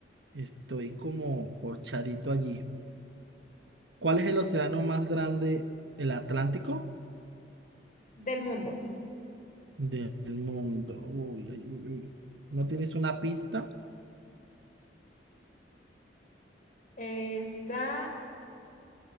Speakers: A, on the right; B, on the left.
A: estoy como corchadito allí. ¿Cuál es el océano más grande, el Atlántico
B: Del mundo.
A: del mundo? Uy, ay, uy, uy. ¿No tienes una pista?
B: Está...